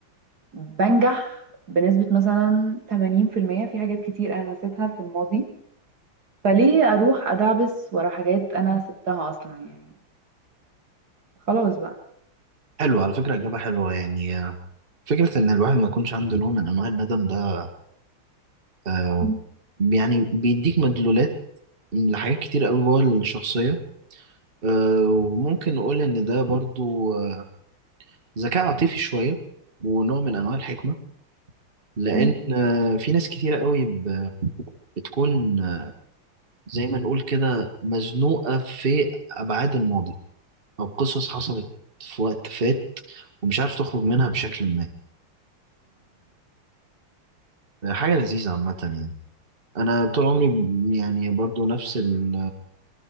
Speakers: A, on the right; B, on the right.
A: بنجح بنسبه مثلا 80% في المية في حاجات كتير انا نسيتها في الماضي فليه اروح ادعبس ورا حاجات انا سبتها اصلا يعني خلاص بقى
B: حلو على فكرة إجابة حلوة يعني آه، فكرة إن الواحد ما يكونش عنده نوع من أنواع الندم ده آه،
A: مم.
B: يعني بيديك مدلولات لحاجات كتير قوي جوه الشخصية آه، وممكن نقول إن ده برضو آه، ذكاء عاطفي شوية ونوع من أنواع الحكمة لأن
A: مم.
B: آه، في ناس كتيرة قوي ب- بتكون آه، زي ما نقول كده مزنوقة في أبعاد الماضي أو قصص حصلت في وقت فات ومش عارف تخرج منها بشكل ما فحاجة لذيذة عامة يعني انا طول عمري م- يعني برضو نفس ال